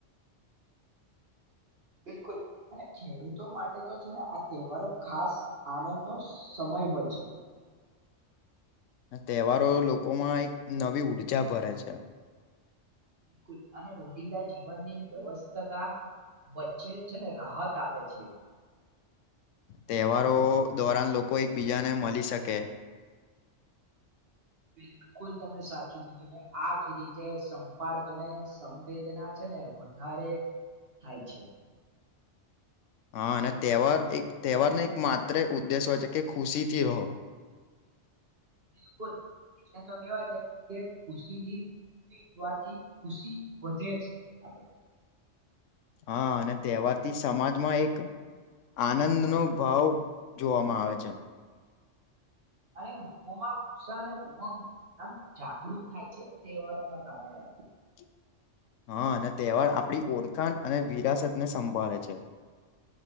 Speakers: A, on the right (about 50°); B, on the left (about 80°).
A: બિલકુલ અને ખેડૂતો માટે તો છે, ને આ તહેવારો ખાસ આનંદ નો સમય સમય હોય છે
B: તહેવારો લોકોમાં એક નવી ઊર્જા ભરે છે
A: બિલકુલ અને રોજિંદા જીવનની વ્યવસ્થાતા વચ્ચે છે ને રાહત આપે છે
B: તહેવારો દોરાન લોકો એકબીજાને મળી શકે
A: બિલકુલ તમે સાચું કીધું ને આજ રીતે સંપર્ક અને સંવેદના છે ને વધારે થાય છે
B: હા અને તહેવાર એક તહેવારનો એક માત્ર ઉદ્દેશ હોય છે કે ખુશી થી રહો <inaudible>
A: બિલકુલ એટલે તો કેવાય છે કે ખુશી થી વેચવાથી ખુશી વધે છે આપણે
B: હા અને તહેવારથી સમાજમાં એક આનંદ નો ભાવ જોવામાં આવે છે
A: અને લોકોમાં ઉત્સાહ અને ઉમંગ આમ જાગૃત થાય છે ને તહેવારો ના કારણે
B: <inaudible> હા અને તહેવાર આપણી ઓળખાણ અને વિરાસત ને સંભાળે છે <inaudible>